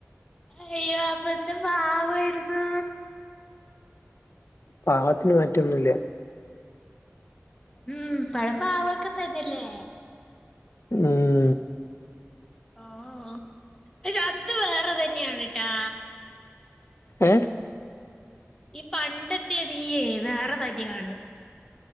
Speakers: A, on the left (about 15°); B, on the left (about 65°).
A: അയ്യോ അപ്പൊ എന്ത് പാവായിരുന്നു
B: പാവത്തിന് മാറ്റൊന്നുല്ല
A: ഉം ഇപ്പഴും പാവൊക്ക തന്നല്ലേ
B: ഉം
A: ഓഹ് <unintelligible> വേറെ ഇതന്നെയാണ് കേട്ടാ
B: ഏഹ്
A: ഈ പണ്ട് <unintelligible> വേറെ വലിയ ആണുങ്ങ